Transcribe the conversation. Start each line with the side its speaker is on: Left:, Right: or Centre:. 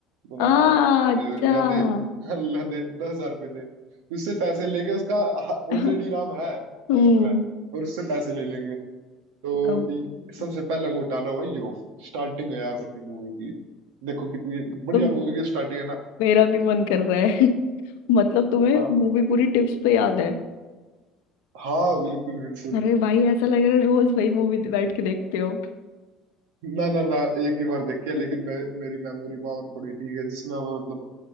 Right: बोला
Left: आ
Right: हाँ "अ,
Left: अच्छा
Right: ला दे <laughs> ला दे दस हजार रुपये दे तो उससे पैसे लेके उसका
Left: <laughs>
Right: ऑलरेडी नाम है
Left: हम्म
Right: लिस्ट में और उससे पैसे ले लेंगे तो
Left: जी
Right: इ- सबसे पहला घोटाला हुआ यो स्टार्टिंग है यहाँ से अपनी मूवी की देखो कितनी बढ़िया
Left: तो
Right: मूवी की स्टार्टिंग है ना
Left: मेरा भी मन कर रहा है <laughs> मतलब तुम्हें
Right: हाँ
Left: मूवी पूरी टिप्स पे याद है
Right: हाँ बिल्कुल बिल्कुल
Left: अरे भाई ऐसा लग रहा है रोज भाई मूवी बैठ के देखते हो
Right: ना ना ना एक ही बार देखी है
Left: <laughs>
Right: लेकिन मैं मेरी मेमोरी पावर थोड़ी ठीक है जिसमें मैं मतलब